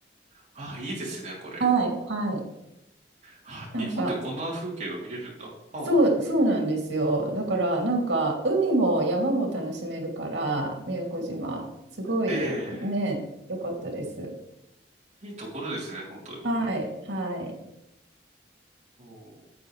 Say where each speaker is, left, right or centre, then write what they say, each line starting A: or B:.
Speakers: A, on the right (about 40°); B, on the right (about 85°).
A: あ、いいですね、これ。
B: はい、はい。
A: あ、
B: なんか
A: 日本ってこんな風景が見れるんだ。ああ
B: そうそうなんですよ。だからなんか海も山も楽しめるから宮古島すごいね良かったです。
A: ええ。いいところですね、本当に。
B: はいはい
A: お